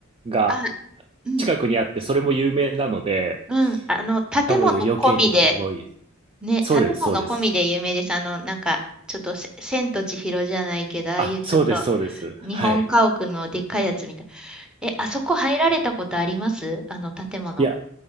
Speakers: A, on the right; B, in the centre.
A: が
B: あ、うん、
A: 近くにあって、それも有名なので、
B: うん。あの、建物込みで、
A: 多分余計に人が多いです。
B: ね、
A: そうです、
B: 建物込みで有名です。
A: そうです。
B: あの、なんか、ちょっとせ、千と千尋じゃないけど、ああいうちょっと、
A: あ、そうです、そうです。
B: 日本家屋のでっかいやつみたい。
A: はい。
B: え、あそこ入られたことありますあの建物。
A: いや、